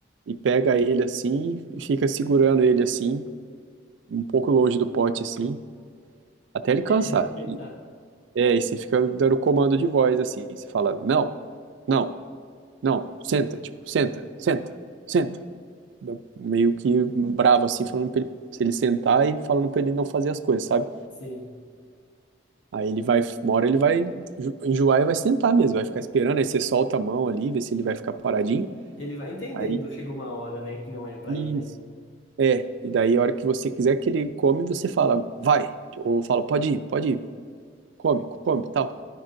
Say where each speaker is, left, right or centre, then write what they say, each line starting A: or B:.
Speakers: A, on the right; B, on the left.
A: e pega ele assim e fica segurando ele assim, um pouco longe do pote assim, até ele cansar.
B: Deve respeitar.
A: É, e você fica dando comando de voz assim. Você fala, não, não. Não, senta, tipo, senta, senta, senta. Meio que bravo assim, falando pra ele, se ele sentar e falando pra ele não fazer as coisas, sabe?
B: Sim.
A: Aí ele vai, uma hora ele vai enjo- enjoar e vai sentar mesmo, vai ficar esperando, aí você solta a mão ali, vê se ele vai ficar paradinho.
B: Ele vai entendendo,
A: Aí,
B: chega uma hora, né, que não é pra
A: isso.
B: ele, né?
A: É, e daí a hora que você quiser que ele come, você fala, vai. Ou eu falo, pode ir, pode ir, come, come, tal.